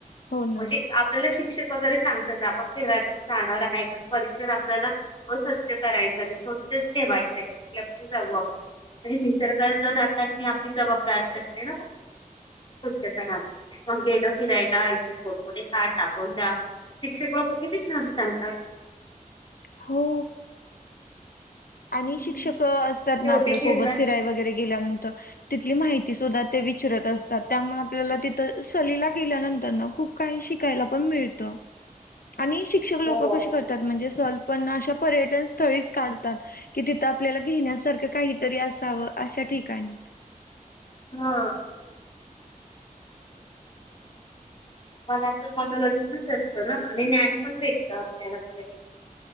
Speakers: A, on the left; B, on the left.
A: हो ना.
B: म्हणजे आपल्याला शिक्षक वगैरे सांगतच फिरायला की जाणार आहे पण परिसर आपल्याला अस्वच्छ करायचा आणि स्वच्छच ठेवायचंय ठ आपण जाऊ आपण आणि निसर्गाच जातानी आपली जबाबदारी असते ना फक्त स्वच्छता राखायचं गेल फिरायला इथे कुरकुरे खा टाकून द्या शिक्षक लोक किती छान सांगतात
A: हो आणि
B: हम्म.
A: शिक्षक असतात
B: शेवटी
A: ना आपल्यासोबत
B: फिरणार
A: फिराय वगैरे गेल्यानंतर तिथली माहिती त सुद्धा ते विचरत असतात त्यामुळे आपल्याला तिथ सहलीला गेल्यानंतर ना खूप काही शिकायला पण मिळत
B: <unintelligible>
A: आणि शिक्षक लोक
B: हो.
A: कशी करतात म्हणजे सहल पण ना अशा पर्यटन स्थळीच काढात कि तिथ आपल्याला घेण्यासारख काहीतरी असावं अशा ठिकाणी
B: हा मनाचं मनोरंजनच असतं ना आणि ज्ञान पण भेटत आपल्याला बर्‍यापैकी